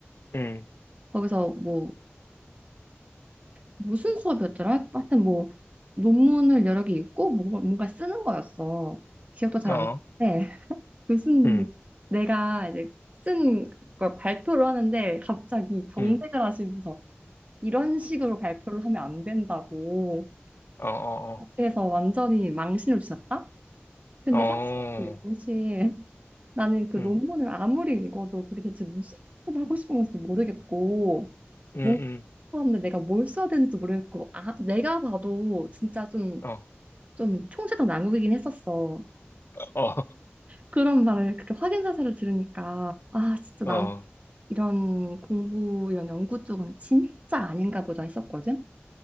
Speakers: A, on the left (about 60°); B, on the right (about 35°).
A: 음,
B: 거기서 뭐 무슨 수업이었더라? 하여튼 뭐 논문을 여러 개 읽고 뭔가, 뭔가 쓰는 거였어. 기억도 잘
A: 어,
B: 안 나는데 <laughs> 교수님이
A: 음,
B: 내가 이제 쓴 걸 발표를 하는데 갑자기 경색을
A: 음,
B: 하시면서 이런 식으로 발표를 하면 안 된다고
A: 어, 어,
B: 그래서 완전히 망신을 주셨다? 근데
A: 어,
B: 사실 그
A: 어,
B: 당시에 나는 그 논문을
A: 음,
B: 아무리 읽어도 그게 대체 무슨 말을 하고 싶은 건지도 모르겠고
A: 음,
B: 뭔가
A: 음,
B: 하는데 내가 뭘 써야 되는지 모르겠고 아, 내가 봐도 진짜 좀,
A: 어,
B: 좀 총체적 난국이긴 했었어.
A: 어,
B: 그런 말을 그렇게 확인 사실을 들으니까 아 진짜
A: 어,
B: 난 이런 공부 이런 연구 쪽은 진짜 아닌가 보다 했었거든.